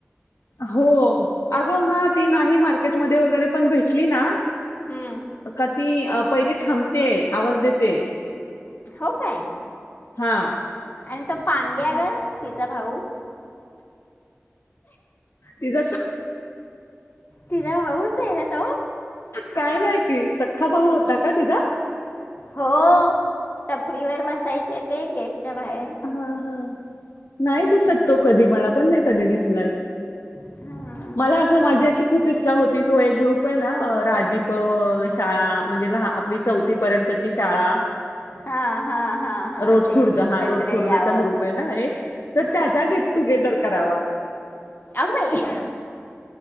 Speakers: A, on the left; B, on the left.
A: हो अगं हा ती नाही मार्केटमध्ये वगैरे पण भेटली ना.
B: हम.
A: का ती अ पहिले थांबतेय आवाज देते.
B: हो काय
A: हा
B: आणि तो पांग्या ग तिचा भाऊ
A: तिज सा
B: तिजा भाऊच आहे ना तो
A: काय माहिती सख्खा भाऊ होता का तिचा
B: हो टपरीवर बसायचे ते गेटच्या बाहेर
A: हा हा नाही दिसत तो कधी मला क दि
B: हा
A: मला अस माझी खूप इचछा होती तो ग ना राजी प शाळा म्हणजे ल. आपली चौथी पर्यंतची शाळा,
B: हा हा हा हा
A: रोटखुर्द
B: त्यांनी एकत्र
A: हा रोट ग्रुप
B: यावं
A: ना एक तर त्याचा गेट टुगेदर करावा.
B: अगबाई